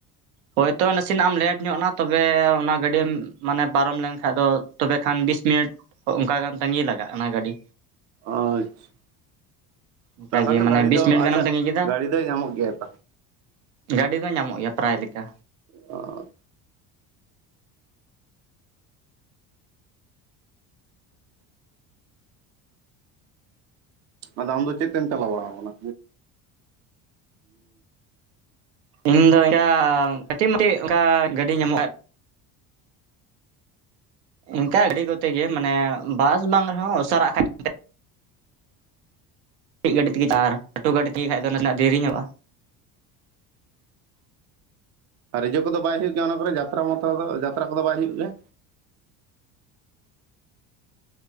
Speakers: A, on the right; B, on the right.
A: ᱦᱳᱭᱛᱚ ᱱᱟᱥᱮᱱᱟᱜ ᱮᱢ ᱞᱮᱴ ᱧᱚᱜ ᱱᱟ ᱛᱚᱵᱮ ᱚᱱᱟ ᱜᱟᱺᱰᱤᱢ ᱢᱟᱱᱮ ᱯᱟᱨᱚᱢ ᱞᱮᱱ ᱠᱷᱟᱱᱡ ᱫᱚ ᱛᱚᱵᱮ ᱠᱷᱟᱱ ᱵᱤᱥ ᱢᱤᱱᱤᱴᱼᱼᱼ ᱚᱱᱠᱟ ᱜᱟᱱ ᱛᱟᱺᱜᱤ ᱞᱟᱜᱟᱜᱼᱟ᱾ ᱚᱱᱟ ᱜᱟᱺᱰᱤ
B: ᱟᱪᱪᱷᱟᱼᱼ
A: ᱚᱱᱠᱟᱜᱮ
B: ᱛᱟᱦᱟᱞᱮ
A: ᱢᱟᱱᱮ
B: ᱫᱟᱺᱲᱤ
A: ᱵᱤᱥ
B: ᱫᱚ
A: ᱢᱤᱱᱤᱴ ᱜᱟᱱᱮᱢ
B: ᱟᱪᱪᱷᱟ
A: ᱛᱟᱺᱜᱤ ᱠᱮᱫᱟ
B: ᱜᱟᱺᱲᱤ ᱫᱚᱭ ᱧᱟᱢᱚᱜ ᱜᱮᱟᱭ ᱛᱚ
A: ᱜᱟᱺᱰᱤ ᱫᱚ ᱧᱟᱢᱚᱜ ᱜᱮᱭᱟ ᱯᱮᱭᱟᱭ ᱞᱮᱠᱟ
B: ᱚᱸᱻ ᱟᱫᱚ ᱟᱢ ᱫᱚ ᱪᱮᱜ ᱛᱮᱢ ᱪᱟᱞᱟᱣ ᱵᱟᱲᱟ ᱠᱟᱱᱟ?
A: ᱤᱧ ᱫᱚ <unintelligible> ᱮᱸᱜᱟ ᱠᱟᱹᱴᱤᱡ ᱢᱟᱴᱤᱡ ᱟᱱᱠᱟ ᱜᱟᱺᱰᱤ ᱧᱟᱢᱚᱜᱼᱟ ᱠᱷᱟᱱ ᱤᱱᱠᱟ ᱜᱟᱺᱰᱤ ᱠᱚᱛᱮ ᱜᱮ ᱢᱟᱱᱮ ᱵᱟᱥ ᱵᱟᱝ ᱨᱮᱦᱚᱸ ᱩᱥᱟᱹᱨᱟᱜ ᱠᱷᱟᱱ ᱛᱮᱼᱼᱼ ᱴᱤᱡ ᱜᱟᱺᱰᱤ ᱛᱮᱜᱮ ᱟᱨ ᱞᱟᱹᱴᱩ ᱜᱟᱺᱰᱤ ᱛᱮᱜᱮ ᱠᱷᱟᱱᱡ ᱫᱚ ᱱᱟᱥᱮᱱᱟᱜ ᱫᱮᱨᱤᱧᱚᱜᱼᱟ ᱾
B: ᱟᱨ ᱤᱭᱟᱹ ᱠᱚᱫᱚ ᱵᱟᱭ ᱦᱩᱭᱩᱜ ᱜᱮᱭᱟ ᱚᱱᱟ ᱠᱚᱨᱮ ᱡᱟᱛᱨᱟ-ᱢᱟᱛᱨᱟ ᱫᱚ ᱡᱟᱛᱨᱟ ᱠᱚᱫᱚ ᱵᱟᱭ ᱦᱩᱭᱩᱜ ᱜᱮᱭᱟ?